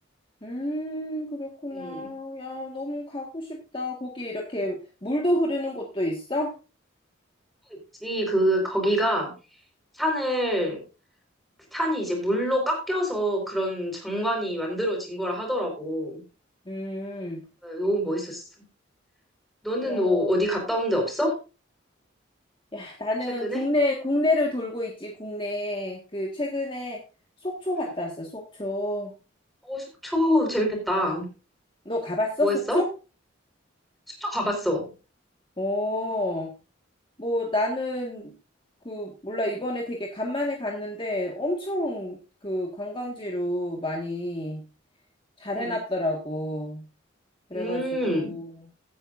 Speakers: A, on the left (about 25°); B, in the centre.
A: 음, 그렇구나.
B: 음.
A: 야, 너무 가고 싶다. 거기 이렇게 물도 흐르는 곳도 있어?
B: 있지. 그 거기가 산을 산이 이제 물로 깎여서 그런 장관이 만들어진 거라 하더라고.
A: 음.
B: 네, 너무 멋있었어. 너는
A: 야,
B: 뭐 어디 갔다 온데 없어?
A: 야, 나는
B: 최근에?
A: 국내 국내를 돌고 있지. 국내 그 최근에 속초
B: 응.
A: 갔다 왔어. 속초.
B: 어, 속초 재밌겠다.
A: 너 가봤어?
B: 뭐
A: 속초?
B: 했어? 속초 가봤어.
A: 오. 뭐 나는 그 몰라 이번에 되게 간만에 갔는데 엄청 그 관광지로 많이 잘
B: 응.
A: 해놨더라고. 그래가지고
B: 음.